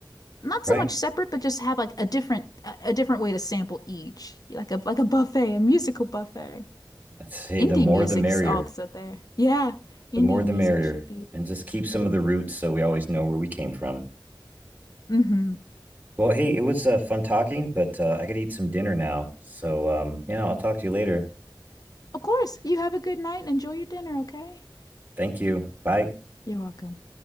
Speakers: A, on the left; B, on the right.
A: not so
B: Right.
A: much separate, but just have like a different a, a different way to sample each, like a like a buffet, a musical buffet.
B: I'd say
A: Indie
B: the more
A: music's
B: the merrier.
A: also there. Yeah, indie
B: The more
A: music
B: the merrier.
A: should be.
B: And just keep some of the roots so we always know where we came from.
A: hmm
B: Well, hey, it was uh, fun talking, but uh, I to eat some dinner now. So, um, yeah, I'll talk to you later.
A: Of course. You have a good night and enjoy your dinner, okay?
B: Thank you. Bye.
A: You're welcome.